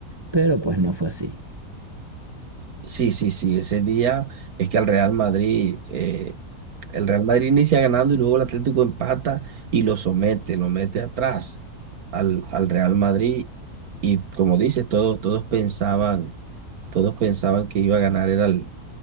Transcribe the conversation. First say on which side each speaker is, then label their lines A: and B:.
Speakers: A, on the right (about 20°); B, on the right (about 65°).
A: pero pues no fue así.
B: Sí, sí, sí, ese día es que al Real Madrid, eh, el Real Madrid inicia ganando y luego el Atlético empata y lo somete, lo mete atrás al, al Real Madrid. Y como dices, todos, todos pensaban, todos pensaban que iba a ganar era el,